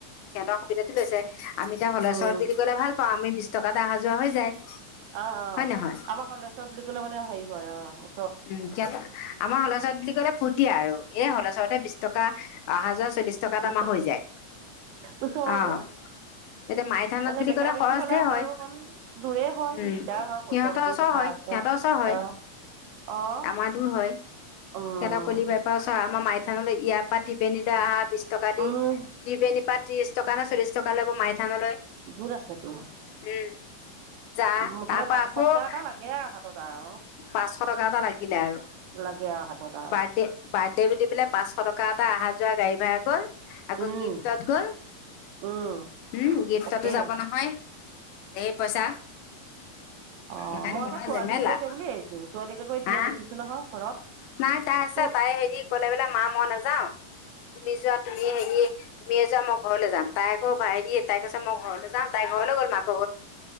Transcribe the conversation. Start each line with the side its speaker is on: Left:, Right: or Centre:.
Left: সিহঁতৰ অসুবিধাটো লৈছে। আমি এতিয়া হলেশ্বৰত
Right: উম
Left: বুলি ক'লে ভাল পাম। আমি বিশ টকাত অহা-যোৱা হৈ যায়।
Right: অহ অহ,
Left: হয় নহয়
Right: আমাৰ হলেশ্বৰত বুলি ক'লে মানে সেই- হয়, অহ
Left: উম। কেল- আমাৰ হলেশ্বৰত বুলি ক'লে ফূুৰ্তী আৰু। এ হলেশ্বৰত হে বিশ টকা। অহা-যোৱা চব বিশ টকাত
Right: ওচৰ
Left: আমাৰ হৈ যায়।
Right: ওচৰতে
Left: অ'হ, এতিয়া মাইথানত
Right: মানে
Left: বুলি
Right: বেকা
Left: ক'লে
Right: বেকি
Left: সহজতে
Right: হলে
Left: হে
Right: আমাৰো
Left: হয়।
Right: অকণ দূৰে হয়
Left: উম,
Right: দিগদাৰ হয় পইচা
Left: সিহঁতৰ
Right: পাতিও
Left: ওচৰ
Right: কথা
Left: হয়,
Right: আছে
Left: সিহঁতৰ ওচৰ হয়।
Right: অ অ
Left: আমাৰ দূৰ হয়। সিহঁতৰ
Right: উম
Left: কলিবাই পৰা ওচৰ, আমাৰ মাই- থানলৈ ইয়াৰ পৰা তিপেনিলৈ অহা বিশ- টকা দি,
Right: উম
Left: ত্ৰিবেনী পৰা ত্ৰিশ- টকা নে চল্লিশ টকা লব মাই থানলৈ।
Right: গোট আছে তোৰ
Left: উম। যা,
Right: মুঠতে
Left: তাৰ পৰা
Right: পাঁচশ
Left: আকৌ-
Right: টকা এটা লাগে আৰু হাতত আৰু
Left: পাঁচশ টকা এটা লাগিলে আৰু।
Right: লাগে আৰু হাতত আৰু
Left: ৰ্বাডে, ৰ্বাডে বুলি পেলাই পাঁচশ টকা- অহা-যোৱা গাড়ী ভাড়া। গ'ল। আকৌ
Right: উম
Left: গিফটত গ'ল।
Right: উম
Left: হম, গিফটতো
Right: তাকে
Left: যাব নহয়, ধেৰ পইচা।
Right: অঁহ,
Left: এইখন
Right: মই
Left: মহা
Right: আকৌ ছোৱালীও
Left: জেমেলা
Right: গৈছে বুলি- আহিছো ছোৱালীকে আকৌ এতিয়া
Left: হা,
Right: দেখিছো নহয় ঘৰত
Left: নাই তাই আছে,
Right: তোৰ
Left: তাই হেৰি ক'লে বোলে, মা মই নাযাওঁ। তুমি যোৱা তুমিয়ে হেৰি- ৰি তুমিয়ে যোৱা, মই ঘৰলৈ যাম। তাই আকৌ ভা হেৰি, তাই কৈছে মই ঘৰলৈ যাম, তাই ঘৰলৈ লৈ গ'ল মাক-